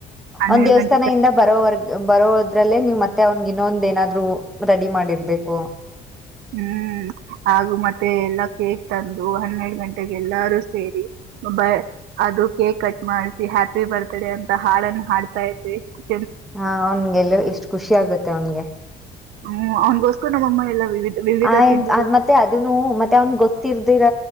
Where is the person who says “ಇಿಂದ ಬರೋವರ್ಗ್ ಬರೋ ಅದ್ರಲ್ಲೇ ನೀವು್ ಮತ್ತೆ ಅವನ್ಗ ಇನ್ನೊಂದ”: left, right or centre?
Centre